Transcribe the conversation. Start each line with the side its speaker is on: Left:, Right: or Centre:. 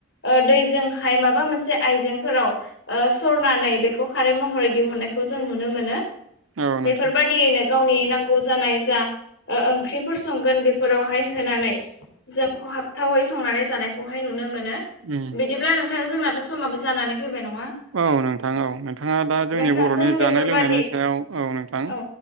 Left: ओ दैजोंहाय माबा मोनसे आइजेंफोराव ओ सरनानै बेखौ खारै महरै दिहुननायखौ जों नुनो मोनो
Right: औ नोंथां
Left: बेफोरबादियैनो गावनि नांगौ जानाय जा ओ ओंख्रिफोर संगोन बेफोरावहाय होनानै जोंखौ खहाबथावै संनानै जानाय खौहाय नुनो मोनो
Right: उम
Left: बिदिब्ला नोंथां जोंनाथ' समाबो जानानै फैबाय न
Right: औ नोंथां औ नोंथाङा दा जोंनि
Left: नोंथांजों
Right: बर'नि जानाय
Left: बेफोरबादि
Right: लोंनायनि सायाव औ नोंथां।
Left: औ